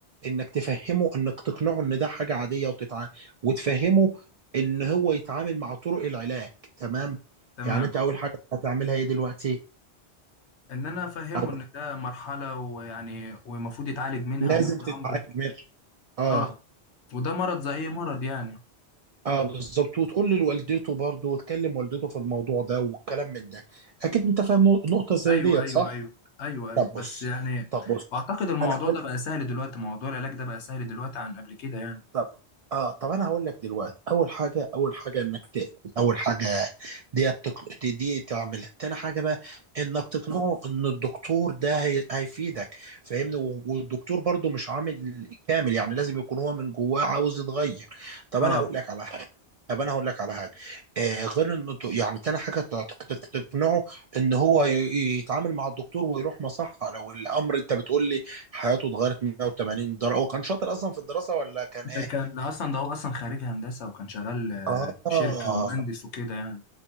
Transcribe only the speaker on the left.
تمام
ان انا افهمه
ان ده مرحله ويعني والمفروض يتعالج منها
وده
امر
اه وده مرض زي اي مرض يعني
ايوه
ايوه
ايوه ايوه ايوه
بس
يعني
واعتقد الموضوع
ده بقى سهل دلوقتي موضوع العلاج ده بقى سهل دلوقتي عن قبل كده يعني
اه
ده كان اصلا ده هو اصلا خريج هندسه وكان شغال آه،
في شركه ومهندس وكده يعني